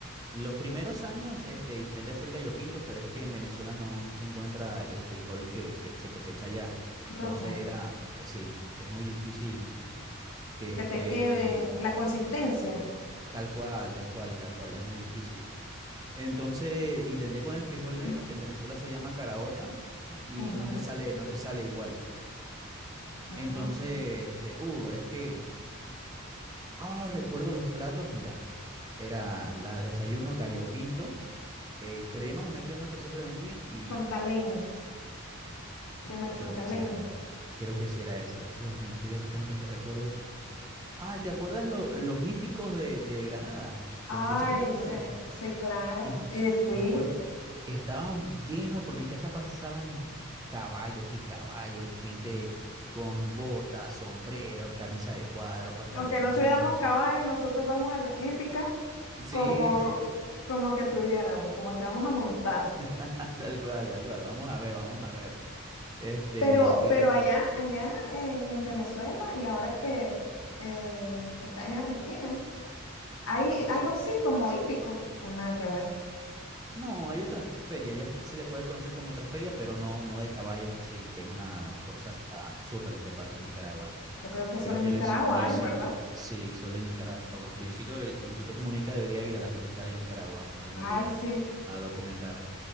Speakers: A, on the right (about 15°); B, on the left (about 75°).
A: Los primeros años este, intenté hacer gallo pinto, pero es que en Venezuela no, no se encuentra el frijol que, que se cosecha allá. Entonces
B: Rojo.
A: era, eh, sí, es muy difícil que esté
B: Que te quede la consistencia.
A: tal cual, tal cual, tal cual. Es muy difícil. Entonces intenté con el frijol negro,
B: <clears throat>
A: que en Venezuela se llama caraota, y
B: Ujú.
A: no te sale, no te sale igual.
B: Ah,
A: Entonces,
B: ok.
A: este, uh, es que, ah, recuerdo los platos, mira, era la desayuno gallo pinto, eh, crema, una crema que siempre vendían, y
B: Chontaleña, crema chontaleña.
A: creo que sí era, creo que sí era esa. Dios mío, estoy desbloqueando tantos recuerdos. Ay, ¿te acuerdas lo- los hípicos de, de Granada?
B: Ay,
A: ¿Los escuchaste alguna
B: sí,
A: vez?
B: sí, claro.
A: que
B: Y fui,
A: recuerdo, estaban llenos, por mi casa pasaban caballos y caballos y gente con botas, sombreros, camisa de cuadro, pantalón
B: aunque no
A: jean.
B: tuviéramos caballo, nosotros vamos a la hípica
A: Sí,
B: como, como que tuviéramos, como que vamos a montar.
A: <laughs> tal cual, tal cual. Vamos a ver, vamos a ver. Este,
B: Pero,
A: y
B: pero
A: re-
B: allá, allá en, en Venezuela y ahora que, eh, que está en Argentina, hay
A: sí,
B: algo así como hípico, o nada que ver.
A: no, hay otra feria, ya se le puede conocer como otra feria, pero no, no de caballos así, que es una cosa absurda lo que pasa en Nicaragua.
B: Yo creo que solo
A: Creo
B: en
A: que
B: Nicaragua
A: Luis, Luisito,
B: hay, ¿verdad?
A: sí, solo en Nicaragua. Luisito, debe- Luisito Comunica debería ir a las hípicas de Nicaragua algún
B: Ay,
A: día
B: sí,
A: a documentar.